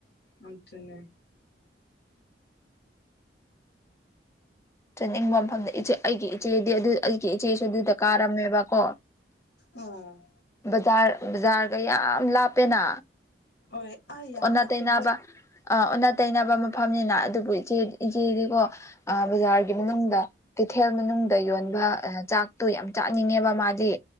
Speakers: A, on the left; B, on the left.
A: ꯑꯗꯨꯅꯦ
B: ꯆꯠꯅꯤꯡꯕ ꯃꯐꯝꯗ ꯏꯆꯦ ꯑꯩꯒꯤ ꯏꯆꯦꯗꯤ ꯑꯗꯨ ꯑꯩꯒꯤ ꯏꯆꯦꯁꯨ ꯑꯗꯨꯗ ꯀꯥꯔꯝꯃꯦꯕꯀꯣ꯫
A: ꯎꯝ
B: ꯕꯖꯥꯔ ꯕꯖꯥꯔꯒ ꯌꯥꯝ ꯂꯥꯞꯄꯦꯅ꯫
A: ꯍꯣꯏ ꯑꯩ ꯌꯥꯝ
B: ꯑꯣꯟꯅ
A: ꯂꯥꯞꯄꯦꯍꯦ
B: ꯇꯩꯅꯕ ꯑ ꯑꯣꯟꯅ ꯇꯩꯅꯕ ꯃꯐꯝꯅꯤꯅ ꯑꯗꯨꯕꯨ ꯏꯆꯦ ꯏꯆꯦꯗꯤꯀꯣ ꯑ ꯕꯖꯥꯔ ꯃꯅꯨꯡꯗ ꯀꯩꯊꯦꯜ ꯃꯅꯨꯡꯗ ꯌꯣꯟꯕ ꯑ ꯆꯥꯛꯇꯨ ꯌꯥꯝ ꯆꯥꯅꯤꯡꯉꯦꯕ ꯃꯥꯗꯤ꯫